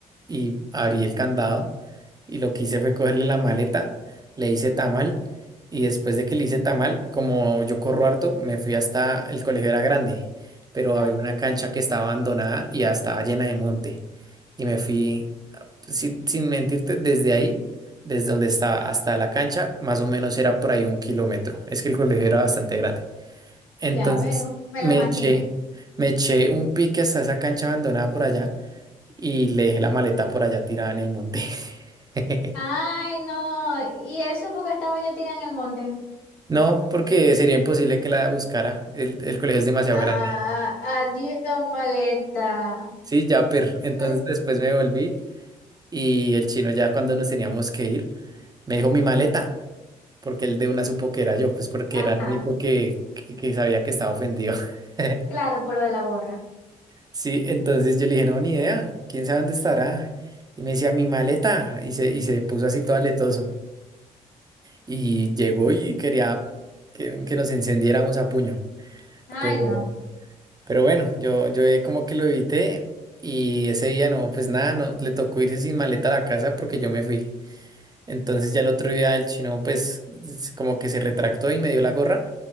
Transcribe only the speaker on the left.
Ah,
ya veo, me
lo imagino.
Ay, no, y él supo que estaba yo tirada en el monte.
Ah,
adiós, maleta.
No,
Ajá,
claro, por lo de la gorra.
Ay,
no.